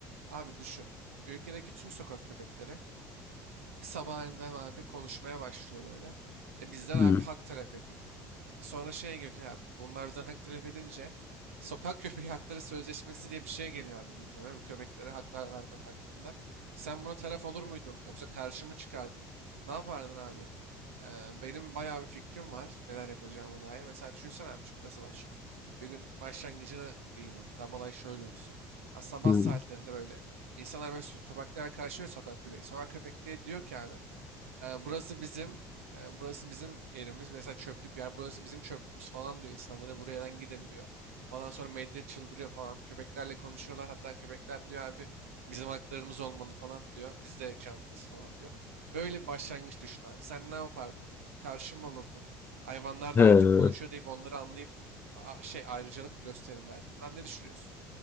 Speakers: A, on the right (about 75°); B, on the left (about 30°).
A: Abi düşün. Ülkedeki tüm sokak köpekleri bir sabah aniden abi konuşmaya başlıyor böyle. E bizden
B: Hmm,
A: abi hak talep ediyor. Sonra şey geliyor abi. Bunlar bizden hak talep edince sokak <laughs> köpeği hakları sözleşmesi diye bir şey geliyor abi gündeme. Bu köpeklere haklar vermek hakkında. Sen buna taraf olur muydun? Yoksa karşı mı çıkardın? Ne yapardın abi? Ee, benim bayağı bir fikrim var neler yapacağıma dair. Mesela düşünsene abi çünkü nasıl başlıyor? Bir gün başlangıcına gireyim hatta. Bu olay şöyle olsun. Ha, Sabah
B: hmm.
A: saatlerinde böyle insanlar böyle so- köpeklere karşı ve sokak köpek. Sokak köpekleri diyor ki abi ee, burası bizim e, burası bizim yerimiz. Mesela çöplük bir yer. Burası bizim çöplüğümüz falan diyor insanlara. Buradan gidin diyor. Falan sonra medya çıldırıyor falan. Köpeklerle konuşuyorlar. Hatta köpekler diyor abi bizim haklarımız olmalı falan diyor. Biz de canlıyız falan diyor. Böyle bir başlangıç düşün abi. Sen ne yapardın? Karşı mı olurdun? Hayvanlar
B: He.
A: da artık konuşuyor deyip onları anlayıp a- şey ayrıcalık mı gösterelim derdin? Lan ne düşünüyorsun?